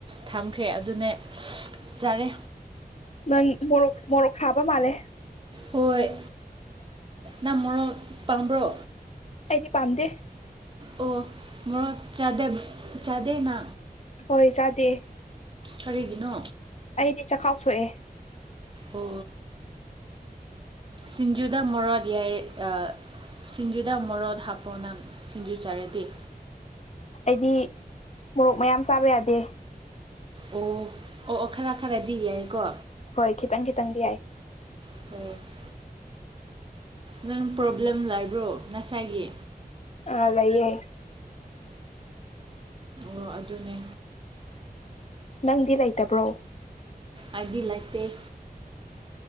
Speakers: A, on the right; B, on the left.
A: ꯊꯝꯈ꯭ꯔꯦ ꯑꯗꯨꯅ‌ꯦ ꯆꯥꯔꯦ꯫
B: ꯅꯪ ꯃꯣꯔꯣꯛ ꯃꯣꯔꯣꯛ ꯁꯥꯕ ꯃꯥꯜꯂꯦ
A: ꯍꯣꯏ ꯅ ꯃꯣꯔꯣꯛ ꯄꯥꯝꯕ꯭ꯔꯣ
B: ꯑꯩꯗꯤ ꯄꯥꯝꯗꯦ
A: ꯑꯣ ꯃꯣꯔꯣꯛ ꯆꯥꯗꯦꯞ ꯆꯥꯗ‌ꯦꯅ꯫
B: ꯍꯣꯏ ꯆꯥꯗꯦ
A: ꯀꯔꯤꯒꯤꯅꯣ꯫
B: ꯑꯩꯗꯤ ꯆꯈꯥꯎ ꯁꯣꯛꯑꯦ
A: ꯑꯣ ꯁꯤꯡꯖꯨꯗ ꯃꯣꯔꫭꯠ ꯌꯥꯏ ꯑꯥ꯫ ꯁꯤꯡꯖꯨꯗ ꯃꯔꯣꯠ ꯍꯥꯞꯄꯅ ꯁꯤꯡꯖꯨ ꯆꯥꯔꯦꯗꯤꯦ
B: ꯑꯩꯗꯤ ꯃꯣꯔꯣꯛ ꯃꯌꯥꯝ ꯆꯥꯕ ꯌꯥꯗꯦ꯫
A: ꯑꯣ ꯑꯣ ꯑꯣ ꯈꯔ ꯈꯔꯗꯤ ꯌꯥꯏꯌ‌ꯦꯀꯣ꯫
B: ꯍꯣꯏ ꯈꯤꯇꯪ ꯈꯤꯇꯪꯗꯤ ꯌꯥꯏ
A: <unintelligible> ꯅꯪ ꯄ꯭ꯔꯣꯕ꯭ꯂꯦꯝ ꯂꯥꯛꯕ꯭ꯔꯣ ꯉꯁꯥꯏꯒꯤ
B: ꯑ ꯂꯩꯌꯦ
A: ꯑꯣ ꯑꯗꯨꯅꯦ
B: ꯅꯪꯗꯤ ꯂꯩꯇꯕ꯭ꯔꯣ
A: ꯑꯥꯏꯗꯤ ꯂꯥꯠꯇ‌ꯦ꯫